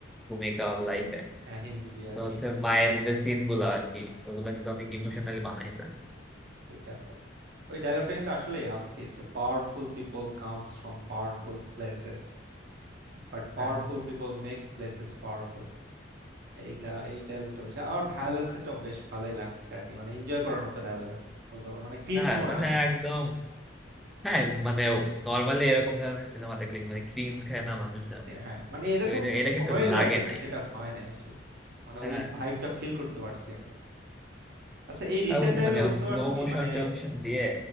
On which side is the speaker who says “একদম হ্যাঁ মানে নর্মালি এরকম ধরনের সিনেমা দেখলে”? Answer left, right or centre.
Centre